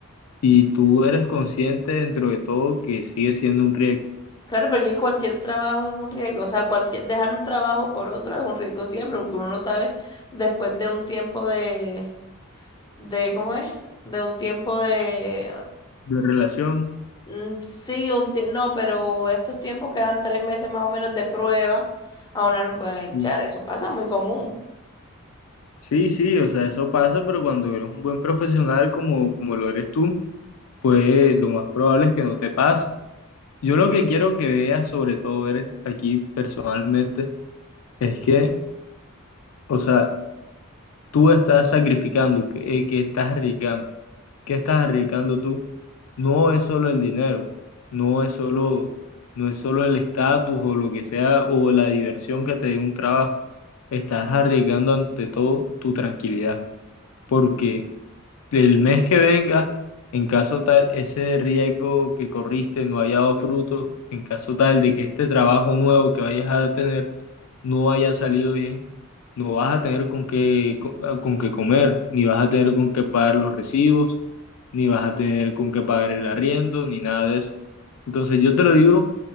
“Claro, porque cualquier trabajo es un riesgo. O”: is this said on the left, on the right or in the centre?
Left